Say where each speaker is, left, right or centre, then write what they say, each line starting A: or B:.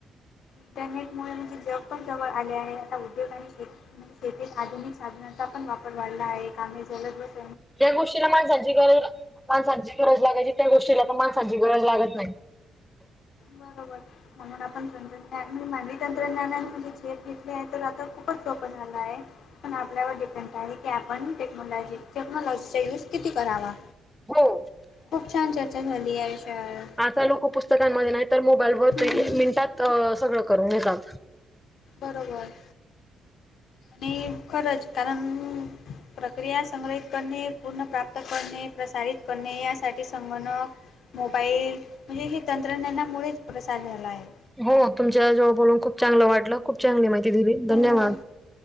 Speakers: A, on the left (about 70°); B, in the centre.
A: इंटरनेटमुळे म्हणजे जंग पणं जवळं आले आहे आंता उद्योग आणि शेती शेतीत आधुनिक साधनांचा पणं वापरं वाढलां आहे कामंही जलं बसं
B: ज्यां गोष्टीलां माणसांची गरजं माणसांची गरजं लागांयची त्यां गोष्टीला पणं माणसांची गरजं लागतं नाहीं.
A: बरोबर म्हणूंन आपणं तंत्रज्ञान म्हणजे मानवी तंत्रज्ञाने म्हणजे झेप घेतली आहे तरं आंता खूपचं सोपं झालं आहे. पण आपल्यावर डिपेंड आहे की आपण टेक्नॉलॉजी टेक्नॉलॉजीचा यूज किती करावा.
B: हो
A: खूप छान चर्चा झाली आयुष्यात
B: काही लोक पुस्तकांमध्ये नाही तर मोबाईल वर
A: हम्म
B: मिनिटात सगळं करून घेतात.
A: बरोबर मी खरंच कारण प्रक्रिया संग्रहित करणे पूर्ण प्राप्त करणे प्रसारित करणे यासाठी संगणक मोबाईल हे ही तंत्रज्ञानामुळेच प्रसार झाला आहे.
B: हो तुमच्या याच्यावर खूप चांगलं वाटलं खूप चांगली माहिती दिली धन्यवाद!
A: हो